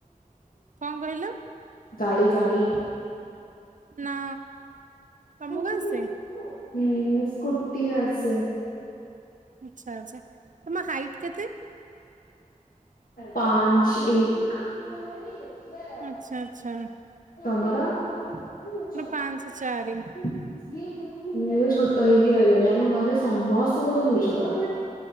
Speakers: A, on the right (about 65°); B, on the left (about 85°).
A: କଣ କହିଲ
B: ଗାଡି ଗାଡି
A: ନା ତମକୁ
B: ହୁଁ
A: ଆସେ
B: ସ୍କୁଟି ଆସେ।
A: ଆଛା ଆଛା ତମ ହାଇଟ୍ କେତେ?
B: ପାଞ୍ଚ୍ ଏକ୍।
A: ଆଛା ଆଛା।
B: ତମର ମୁ ଛୋଟ
A: ପାଞ୍ଚ ଚାରି
B: ହେଇକି ରହିଗଲି ଆମ ଘରେ ସମସ୍ତଙ୍କଠୁ ମୁଁ ଛୋଟ।